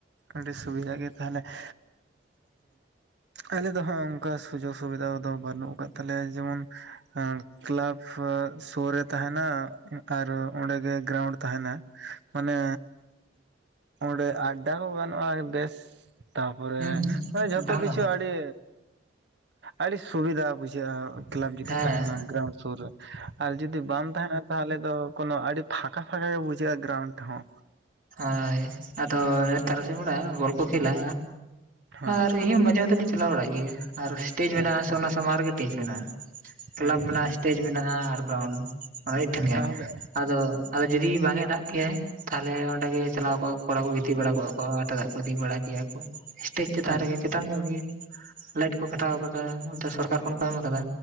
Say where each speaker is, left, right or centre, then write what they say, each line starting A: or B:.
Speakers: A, on the right; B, on the right.
A: ᱟᱹᱰᱤ ᱥᱩᱵᱤᱫᱷᱟ ᱜᱮ ᱛᱟᱦᱚᱞᱮ ᱾ ᱟᱞᱮ ᱫᱚᱦᱟᱸᱜ ᱚᱱᱠᱟ ᱥᱩᱡᱳᱜᱽ ᱥᱩᱵᱤᱫᱷᱟ ᱫᱚ ᱵᱟᱹᱱᱩᱜ ᱟᱠᱟᱫ ᱛᱟᱞᱮᱭᱟ ᱡᱮᱢᱚᱱ ᱠᱞᱟᱵᱽ ᱥᱳ ᱨᱮ ᱛᱟᱦᱮᱱᱟ ᱟᱨ ᱚᱱᱰᱮᱜᱮ ᱜᱨᱟᱣᱩᱱᱰ ᱛᱟᱦᱮᱱᱟ᱾ ᱢᱟᱱᱮ ᱚᱸᱰᱮ ᱟᱹᱰᱟ ᱦᱚ ᱜᱟᱱᱚᱜᱼᱟ ᱵᱮᱥ᱾ ᱛᱟᱯᱚᱨᱮ
B: ᱦᱩᱸ
A: ᱡᱷᱚᱛᱚ
B: ᱰᱟᱦᱟ
A: ᱠᱤᱪᱷᱩ ᱟᱹᱰᱤ ᱟᱹᱰᱤ ᱥᱩᱵᱤᱫᱷᱟ ᱵᱩᱡᱷᱟᱹᱜᱼᱟ᱾ ᱠᱞᱟᱵᱽ ᱡᱩᱫᱤ
B: ᱦᱮᱸ
A: ᱛᱟᱦᱮᱱᱟ ᱜᱨᱟᱣᱩᱱᱰ ᱥᱩᱨ ᱨᱮ ᱟᱨ ᱡᱩᱫᱤ ᱵᱟᱝ ᱛᱟᱦᱮᱱᱟ ᱛᱟᱦᱚᱞᱮ ᱫᱚ ᱠᱳᱱᱚ ᱟᱹᱰᱤ ᱯᱷᱟᱸᱠᱟᱼᱯᱷᱟᱸᱠᱟ ᱜᱮ ᱵᱩᱡᱷᱟᱹᱜᱼᱟ ᱜᱨᱟᱣᱩᱱᱰ ᱦᱚᱸ᱾
B: ᱦᱳᱭ ᱟᱫᱚ ᱛᱟᱨᱟᱥᱤᱧ ᱵᱮᱲᱟ ᱵᱚᱞ ᱠᱚ ᱠᱷᱮᱞᱟ
A: ᱦᱮᱸ
B: ᱟᱨ ᱛᱮᱦᱮᱱ ᱢᱟᱡᱟᱣ ᱦᱟᱛᱮᱱ ᱤᱧ ᱪᱟᱞᱟᱣᱲᱟᱜ ᱜᱮᱭᱟ ᱟᱨ ᱤᱥᱴᱮᱡ ᱢᱮᱱᱟᱜᱼᱟ
A: ᱟᱪᱪᱷᱟ
B: ᱟ ᱥᱮ ᱚᱱᱟ ᱥᱟᱢᱟᱝ ᱨᱮᱜᱮ ᱴᱮᱡ ᱢᱮᱱᱟᱜᱼᱟ᱾ ᱠᱞᱟᱵᱽ
A: ᱟᱪᱪᱷᱟ
B: ᱢᱮᱱᱟᱜᱼᱟ ᱤᱥᱴᱮᱡᱽ ᱢᱮᱱᱟᱜᱼᱟ ᱟᱨ ᱜᱨᱟᱣᱩᱱᱰ ᱢᱟᱱᱮ ᱢᱤᱫ ᱴᱷᱮᱱ ᱜᱮ᱾
A: ᱛᱟᱦᱚᱞᱮ
B: ᱟᱫᱚ ᱟᱫᱚ ᱡᱩᱫᱤ ᱵᱟᱝ ᱮ ᱫᱟᱜ ᱠᱮᱼᱟᱭ ᱛᱟᱞᱦᱮᱸ ᱚᱸᱰᱮ ᱜᱮ ᱪᱟᱞᱟᱣ ᱠᱚᱜᱼᱟ ᱠᱚ ᱠᱚᱲᱟ ᱠᱚ ᱜᱤᱛᱤᱡ ᱵᱟᱲᱟ ᱠᱚᱜᱼᱟ ᱠᱚ ᱟᱨ ᱮᱴᱟᱜᱟᱼᱟ ᱠᱚ ᱤᱫᱤ ᱵᱟᱲᱟ ᱠᱮᱭᱟ ᱠᱚ᱾ ᱤᱥᱴᱮᱡ ᱪᱮᱛᱟᱱ
A: ᱟᱪᱪᱷᱟ
B: ᱪᱮᱛᱟᱱ ᱧᱚᱜ ᱜᱮᱤ ᱠᱚ ᱠᱟᱴᱟᱣ ᱟᱠᱟᱫᱟ ᱵᱚᱞ ᱥᱚᱨᱠᱟᱨ ᱠᱷᱚᱱ ᱞᱟᱤᱴ ᱠᱚ ᱮᱢ ᱟᱠᱟᱫᱟ᱾